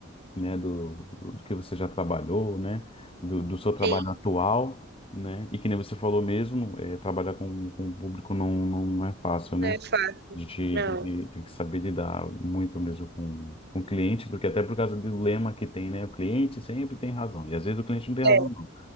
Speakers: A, on the left; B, on the right.
A: né, do, do que você já trabalhou, né, do, do seu trabalho
B: tem,
A: atual, né, e que nem você falou mesmo, é, trabalhar com, com o público não, não não é fácil, né?
B: né? Fato.
A: A gente
B: Não,
A: tem que, tem que saber lidar muito mesmo com, com o cliente, porque até por causa do lema que tem, né, o cliente sempre tem razão. E às vezes o cliente não tem
B: é,
A: razão, não,